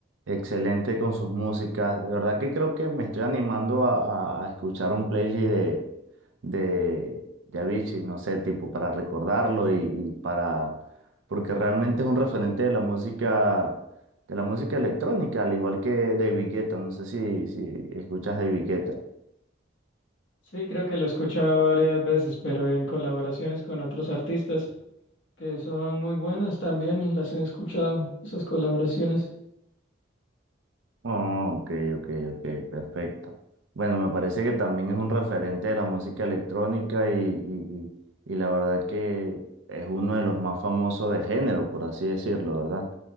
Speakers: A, on the right; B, on the left.
A: excelente con sus músicas. De verdad que creo que me estoy animando a, a- a escuchar un playlist de, de, de Avicii, no sé, tipo para recordarlo y, y para, porque realmente es un referente de la música, de la música electrónica, al igual que David Guetta, no sé si, si escuchas David Guetta.
B: Sí, creo que lo he escuchado varias veces, pero en colaboraciones con otros artistas que son muy buenas también, las he escuchado, esas colaboraciones.
A: Oh, ok, ok, ok, perfecto. Bueno, me parece que también es un referente de la música electrónica y, y, y- y la verdad que es uno de los más famosos del género, por así decirlo, ¿verdad?